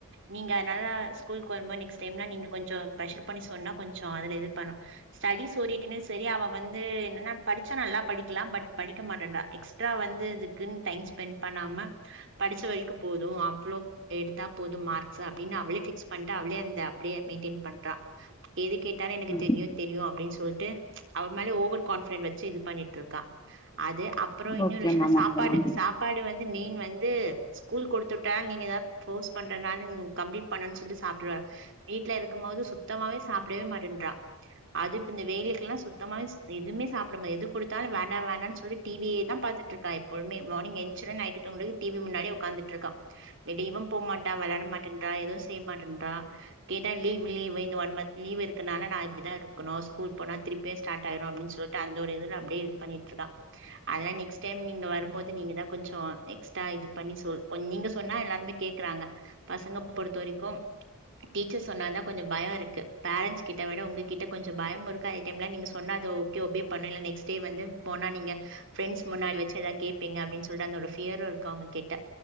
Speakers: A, on the right; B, on the left.
A: நீங்க அதனால ஸ்கூலுக்கு வருமா நெக்ஸ்ட் டைம்லா நீங்க கொஞ்சோ ப்ரெஷர் பண்ணி சொன்னா கொஞ்சோ அதுல இது பண்ணு ஸ்டடிஸ் ஓரிகின்னு செரி அவ வந்து என்னன்னா படிச்சா நல்லா படிக்கலா பட் படிக்க மாட்டேன்றா எக்ஸ்ட்ரா வந்து இதுக்குன்னு டைம் ஸ்பெண்ட் பண்ணாம படிச்ச வரைக்கு போது அவ்ளோ எடுத்தா போது மார்க் ச அப்டின்னு அவளே ஃபிக்ஸ் பண்ட்டு அவளே அந்த அப்டியே மெயின்டென் பண்றா எது கேட்டாலு எனக்கு
B: ம்
A: தெரியு தெரியு அப்டின்னு சொல்ட்டு அவ மேலே ஓவர் கான்ஃபிடென்ட் வச்சு இது பண்ணிட்டு இருக்கா அது அப் அப்றோ இன்னொரு
B: ஓகே
A: விஷயோனா
B: மேம்
A: சாப்பாடு
B: ஓகே மேம்
A: சா பாடு வந்து மெயின் வந்து ஸ்கூல் கொடுத்துட்டா நீங்க ஏதாவது போர்ஸ் பண்றதுனாலும் கம்ப்லிட் பண்ணன்னனு சொல்லிட்டு சாப்டுவ வீட்ல இருக்கும் போது சுத்தமாவே சாப்டவே மாட்டேன்றா அது இப்ப இந்த வெயிலுக்குல்லாம் சுத்தமாவே எதுவுமே சாப்டமா எது கொடுத்தாலும் வேண்டாம் வேண்டாம்னு சொல்லி டி வியே தான் பாத்துட்டு இருக்கா எப்பழுமே மார்னிங் ஏஞ்சோனி நைட்டு துங்க டிவி முன்னாடி உக்காந்துட்ருக்கா வெளியவு போமாட்டா வெளாட மாட்டேன்றா எது செய் மாட்டன்றா கேட்டா லீவ் லீ்வு இந்த ஒன் மந்த் லீவ் இருக்குனால நா இப்டிதா இருக்கணு ஸ்கூல் போனா திருப் பே ஸ்டாட் ஆய்ரு அப்டின் சொல்ட்டு அந்த ஒரு இதுல அப்டே இது பண்ணிட்ருக்கா அதுலா நெக்ஸ்ட் டைம் நீங்க வரும்போது நீங்கதா கொஞ்சோ எக்ஸ்ட்ரா இது பண்ணி சொல் கொன் நீங்க சொன்னா எல்லார்மே கேக் குறாங்க பசங்க பொறுத்து வரைக்கும் டீச்சர் சொன்னாதா கொஞ்சு பயோ இருக்கு பேரன்ஸ் கிட்டவிட உங்ககிட்ட கொஞ்சோ பயம் இருக்கு ஐ கெம்ல நீங்க சொன்ன அது ஓகே ஒபே பண்ணல நெக்ஸ் டே வந்து போனா நீங்க ஃப்ரெண்ஸ் முன்னாடி வச்சி எதாத் கேப் பீங்க அப்டின் சொல்ட்டு அந்த ஒரு ஃபியரு இருக்கு அவங்ககிட்ட